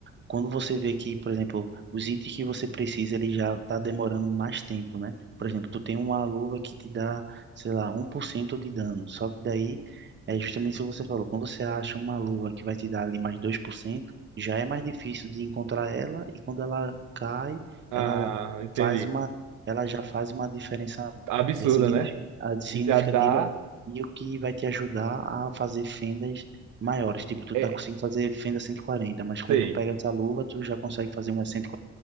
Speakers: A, on the right (about 40°); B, on the right (about 85°).
A: quando você vê que, por exemplo, os itens que você precisa, ele já está demorando mais tempo, né? Por exemplo, tu tem uma luva que te dá, sei lá, um por cento de dano. Só que daí, é justamente isso que você falou. Quando você acha uma luva que vai te dar ali mais dois por cento, já é mais difícil de encontrar ela. E quando ela cai,
B: Ah,
A: ela
B: entendi.
A: faz uma, ela já faz uma diferença
B: Absurda,
A: é, signific- ah, significativa.
B: já dá.
A: E o que vai te ajudar a fazer fendas maiores, tipo, tu
B: É,
A: tá conseguindo fazer fenda cento e quarenta mas quando
B: sei.
A: tu pega essa luva, tu já consegue fazer uma cinco